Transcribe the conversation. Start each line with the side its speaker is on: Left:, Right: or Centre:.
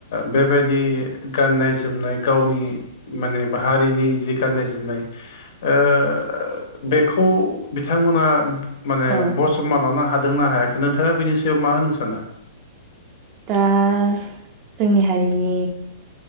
Left: बेबायदि गाननाय जोमनाय गावनि माने हारिनि जि गाननाय जोमनाय नाय ओ बेखौ बिथांमोना माने
Right: औ
Left: बसम माबानो हादों ना हायाखै नोंथाङा बिनि सायाव मा होननो सानो?
Right: दा जोंनि हारिनि